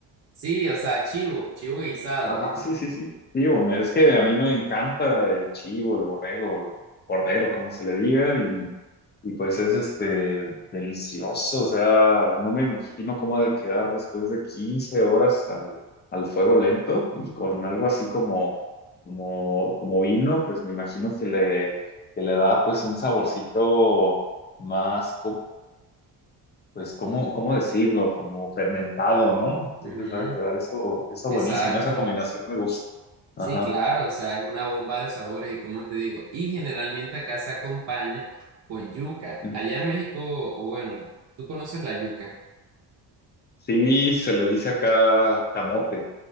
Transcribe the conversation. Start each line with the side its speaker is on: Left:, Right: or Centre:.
Right: Sí, o sea, chivo, chivo guisado.
Left: Ajá,
Right: En-
Left: sí, sí, sí. Digo, me- es que a mí me encanta el chivo, el borrego, el cordero, como se le diga, y, y pues es este delicioso. O sea, no me imagino cómo ha de quedar después de 15 horas al, al fuego lento y con algo así como, como, como vino, pues me imagino que le, que le da pues un saborcito más pues, ¿cómo, cómo decirlo? Como fermentado, ¿no? Entonces
Right: Ujú,
Left: va a quedar eso, eso
Right: exacto.
Left: buenísimo, esa combinación me gusta.
Right: Sí,
Left: Ajá.
Right: claro, o sea, es una bomba de sabores y como te digo, y generalmente acá se acompaña con yuca.
Left: Ujú.
Right: Allá en México, o bueno, tú conoces la yuca.
Left: Sí, se le dice acá camote,